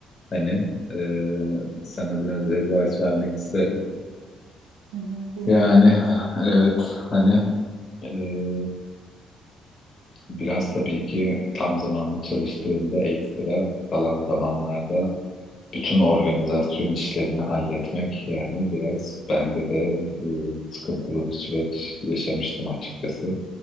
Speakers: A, on the left (about 50°); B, on the right (about 80°).
A: Hani e, sana biraz advice vermek isterim.
B: Hı hı, dinliyorum.
A: Yani evet hani e, biraz tabii ki tam zamanlı çalıştığında ekstra kalan zamanlarda bütün organizasyon işlerini halletmek yani biraz bende de e, sıkıntılı bir süreç yaşamıştım açıkçası.